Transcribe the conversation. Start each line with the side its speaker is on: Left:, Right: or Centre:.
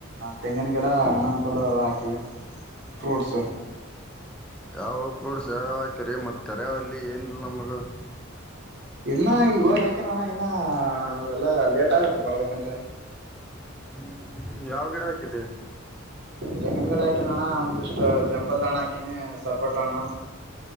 Right: ತೆಂಗಿನ ಗಿಡ ಅಣ್ಣ ಪಲ ಹಾಕಿವವಿ ಫ್ರೂಟ್ಸು
Centre: ಹ ಫೂಡ್ಸ್ ಯ ಹಾಕಿರಿ ಮತ್ ಕರಾವಲ್ಲಿ ಏನ್ಲ್ ನಮಗ
Right: ಇನ್ನ ಇವಾಗ ಹಾಕಿನೋಣ್ಣ ಇನ್ನ ಅವಲ್ಲಾ ಲೇಟ್ ಆಗತ್ತ ಬರ್ಬೇಕಂದ್ರೆ
Centre: ಹ್ಮ್ ಹ್ಮ್ ಯಾವ್ ಗಿಡ ಆಯತು ಇದ್ದ
Right: ತೆಂಗಿನಗಡೆ ಹಾಕಿನ ಅಣ್ಣ ಒಂದಿಷ್ಟು ಜಂಪಲ್ ದಣ ಹಾಕಿನಿ ಸಪೋಟ ಹಣ